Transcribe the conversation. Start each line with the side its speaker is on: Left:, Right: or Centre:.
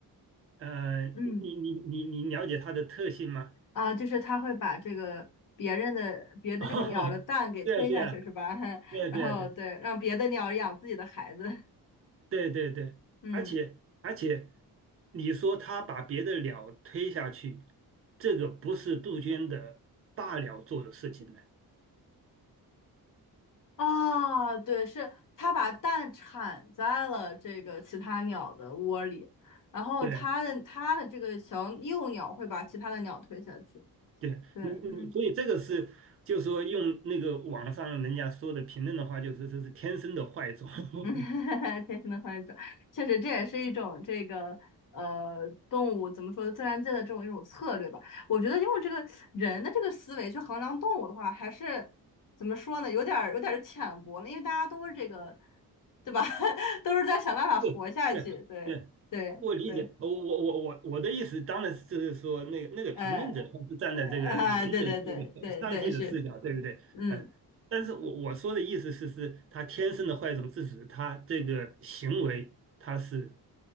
Right: 呃，
Left: 嗯
Right: 你你你你了解它的特性吗？
Left: 啊，就是他会把这个别人的别的这个鸟的蛋给推下去是吧？
Right: <laughs> 哦对啊对啊
Left: <laughs>
Right: 对啊对啊对啊
Left: 然后对，让别的鸟养自己的孩子，
Right: 对对对，
Left: <laughs> 嗯。
Right: 而且而且，你说他把别的鸟推下去，这个不是杜鹃的大鸟做的事情呢。
Left: 啊，对，是它把蛋产在了这个其他鸟的窝里，然后它的它的这个小幼鸟会把其他的鸟推下去。
Right: 对对，
Left: 对，
Right: 你你，
Left: 嗯
Right: 所以这个是，就说用那个网上人家说的评论的话，就是这是天生的坏种。<laughs>
Left: 嗯，<laughs> 天生的幻想，确实这也是一种这个呃动物怎么说自然界的这种一种策略吧。我觉得用这个人的这个思维去衡量动物的话，还是怎么说呢，有点儿有点儿浅薄了，因为大家都是这个，对吧？<laughs> 都是在想办法活下去。
Right: 对对对，
Left: 对对对，
Right: 我理解，我我我我我的意思当然是说，那个那个评论者他是站在这个人的这个上帝的视角，
Left: 呃呃啊，<laughs> 对对对对对是，
Right: 对不对？
Left: 嗯，
Right: 呃，但是我我说的意思是，是他天生的坏种致使他这个行为，他是